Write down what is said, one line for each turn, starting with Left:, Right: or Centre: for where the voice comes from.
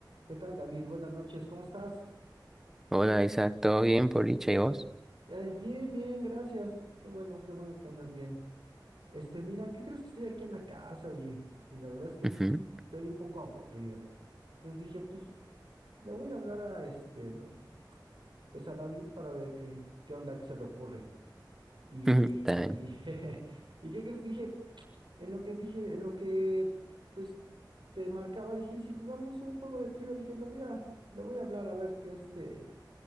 Right: ¿Qué tal, David? Buenas noches, ¿cómo estás?
Centre: Hola Isa, ¿todo bien por dicha y vos?
Right: Eh, bien, bien, gracias. Qué bueno, qué bueno que andas bien. Este, mira, ¿qué crees que estoy aquí en la casa, oye? Y la verdad es que
Centre: Ujú,
Right: pues, estoy un poco aburrido. Entonces dije, pues, le voy a hablar a este, mm, pues a David para ver qué, qué onda que se le ocurre. Y,
Centre: ujú, Está bien.
Right: y, <laughs> ¿y qué crees? Dije, en lo que dije, en lo que, pues, te marcaba, dije, "¿Y si jugamos un juego de trivia, dije, le voy a, le voy a hablar a ver qué este,